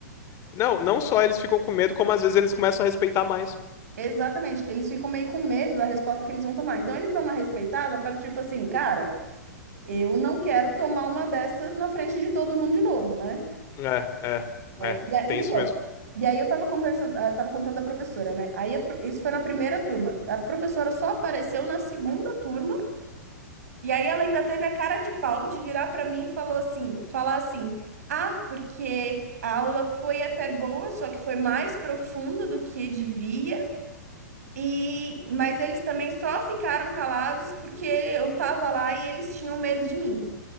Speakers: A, on the left (about 30°); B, on the right (about 60°).
A: Não, não só eles ficam com medo, como às vezes eles começam a respeitar mais.
B: Exatamente, eles ficam meio com medo da resposta que eles vão tomar. Então, eles dão uma respeitada para tipo assim, cara, eu não quero tomar uma dessa na frente de todo mundo de novo, né?
A: É, é,
B: É,
A: é.
B: e a-
A: Tem
B: então,
A: isso mesmo.
B: e aí eu tava conversando, eh, tava contando da professora, né? Aí a pro- isso foi na primeira turma. A professora só apareceu na segunda turma. E aí ela ainda teve a cara de pau de virar para mim e falou assim, falar assim: "Ah, porque a aula foi até boa, só que foi mais profunda do que devia. E mas eles também só ficaram calados porque eu tava lá e eles tinham medo de mim".